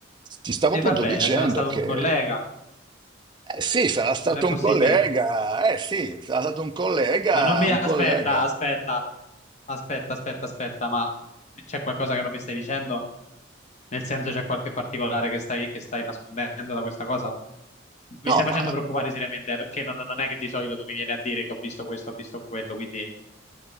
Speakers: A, on the right; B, on the left.
A: ti stavo
B: E
A: appunto
B: vabbè,
A: dicendo
B: sarà stato
A: che
B: un collega,
A: eh, sì, sarà stato
B: non è possibile.
A: un collega, eh sì, sarà stato un collega,
B: Ma non mi
A: un
B: aspetta,
A: collega.
B: aspetta, aspetta, aspetta, aspetta, ma c'è qualcosa che non mi stai dicendo? Nel senso c'è qualche particolare che stai, che stai nascondendo da questa cosa? Mi
A: No,
B: stai facendo
A: ma
B: preoccupare seriamente, eh, perché non, non è che di solito tu mi vieni a dire che ho visto questo, ho visto quello, quindi